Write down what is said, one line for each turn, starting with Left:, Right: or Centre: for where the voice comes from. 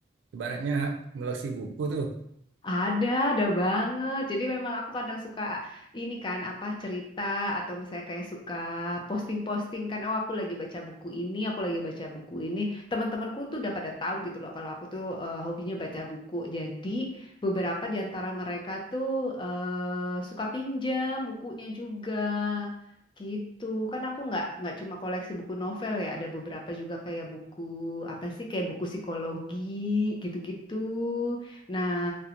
Right: ibaratnya koleksi buku tuh.
Left: Ada, ada banget. Jadi memang aku kadang suka ini kan apa cerita atau misalnya kayak suka posting-posting kan, oh aku lagi baca buku ini, aku lagi baca buku ini. Teman-temanku tuh udah pada tahu gitu loh kalau aku tuh eh, hobinya baca buku. Jadi beberapa di antara mereka tuh eh, suka pinjam bukunya juga. Gitu kan aku nggak nggak cuma koleksi buku novel ya ada beberapa juga kayak buku apa sih kayak buku psikologi gitu-gitu. Nah,